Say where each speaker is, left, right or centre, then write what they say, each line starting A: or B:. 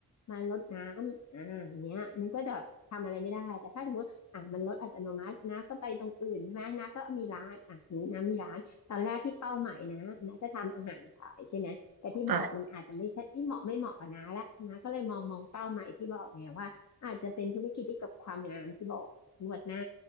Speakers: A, on the left (about 45°); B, on the right (about 65°).
A: มารดน้ำอ่าอย่างเงี้ยมันก็จะทำอะไรไม่ได้แต่ถ้าสมมติ อ่ะมันลดอัตโนมัตินะก็ไปตรงอื่นใช่ไหมน้าก็มีร้านอ่ะน้ามีร้านตอนแรกที่เป้าหมายนะน้าจะทำอาหารขายใช่ไหมแต่ที่บอกมันอาจจะไม่ใช่ไม่เหมาะไม่เหมาะกับน้าละน้าก็เลยมองมองเป้าหมายที่บอกไงว่าอาจจะเป็นธุรกิจที่กับความงามที่บอกนวดหน้า
B: ค่ะ